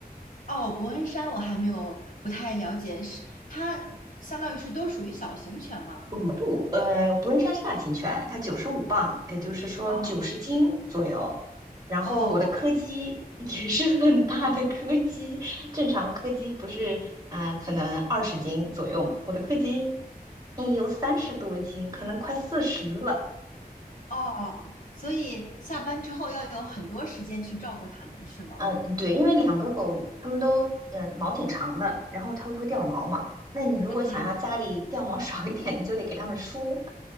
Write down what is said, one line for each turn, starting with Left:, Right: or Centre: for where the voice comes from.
Left: 哦，伯恩山我还没有不太了解，是它相当于是都属于小型犬吗？
Right: 五步，呃，伯恩山是大型犬，它九十五磅，也就是说九十斤左右。
Left: 哦
Right: 然后我的柯基也是
Left: 哦
Right: <laughs> 很大的柯基，正常柯基不是啊、呃可能二十斤左右嘛，我的柯基嗯有三十多斤，可能快四十了。
Left: 哦，所以下班之后要有很多时间去照顾它们，是吗？
Right: 嗯，对，因为两个狗它们都呃毛挺长的，然后它们就会掉毛嘛。那你如果想要家里掉毛少一点，
Left: 嗯，
Right: 你就得给它们梳。